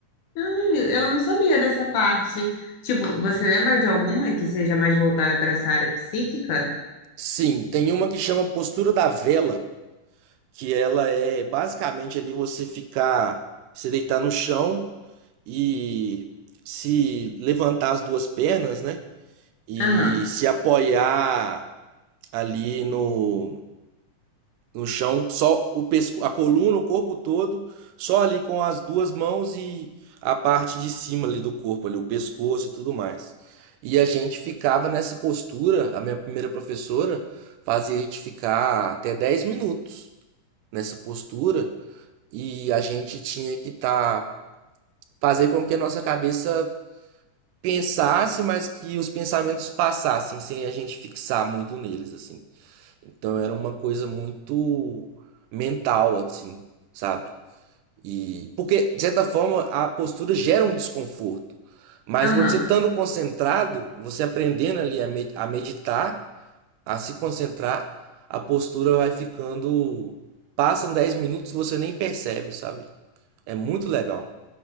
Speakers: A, on the left (about 70°); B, on the right (about 80°).
A: Ai, eu não sabia dessa parte. Tipo, você lembra de alguma que seja mais voltada para essa área psíquica?
B: Sim, tem uma que chama postura da vela, que ela é basicamente ali você ficar, se deitar no chão e se levantar as duas pernas, né? E
A: Aham,
B: se apoiar ali no, no chão, só o pesco, a coluna, o corpo todo, só ali com as duas mãos e a parte de cima ali do corpo, ali, o pescoço e tudo mais. E a gente ficava nessa postura, a minha primeira professora fazia a gente ficar até 10 minutos nessa postura e a gente tinha que tá fazer com que a nossa cabeça pensasse, mas que os pensamentos passassem sem a gente fixar muito neles assim. Então era uma coisa muito mental, assim, sabe? E porque, de certa forma, a postura gera um desconforto. Mas
A: aham.
B: você estando concentrado, você aprendendo ali a me- a meditar, a se concentrar, a postura vai ficando. Passam 10 minutos e você nem percebe, sabe? É muito legal.